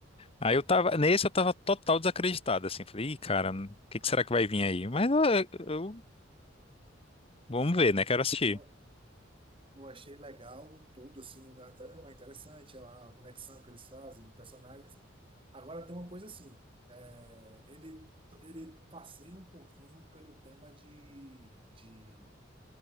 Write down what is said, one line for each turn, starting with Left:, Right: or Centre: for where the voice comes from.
Left: aí eu tava, nesse eu tava total desacreditado assim, falei, Ih, cara, o que que será que vai vir aí? Mas eu, eu- vamos ver, né? Quero assistir.
Right: Eu, eu achei legal tudo, assim, a trama é interessante, a conexão que eles fazem, personagens. Agora tem uma coisa assim, é, ele, ele passeia um pouquinho pelo tema de, de